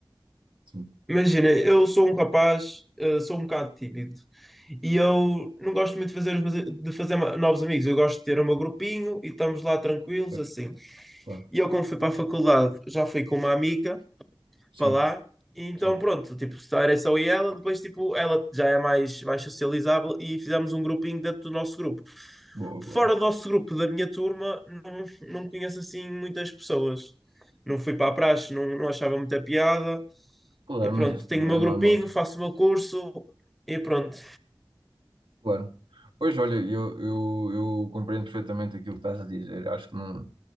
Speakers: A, on the right; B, in the centre.
A: Sim,
B: imagina, eu sou um rapaz, eh, sou um bocado tímido. E eu não gosto muito de fazer, os meus- de fazer ma- novos amigos. Eu gosto de ter o meu grupinho e estamos lá tranquilos,
A: é,
B: assim.
A: claro.
B: E eu, quando fui para a faculdade, já fui com uma amiga
A: Sim,
B: para lá. E então,
A: sim.
B: pronto, tipo, só era só eu e ela. Depois, tipo, ela já é mais, mais socializável e fizemos um grupinho dentro do nosso grupo.
A: Boa,
B: Fora
A: boa.
B: do nosso grupo, da minha turma, não, não conheço, assim, muitas pessoas. Não fui para a praxe, não, não achava muita piada.
A: Claro,
B: E pronto,
A: mas isso
B: tenho
A: não
B: o meu
A: é
B: grupinho,
A: normal.
B: faço o meu curso e pronto.
A: Claro. Pois, olha, eu, eu, eu compreendo perfeitamente aquilo que estás a dizer. Acho que, não,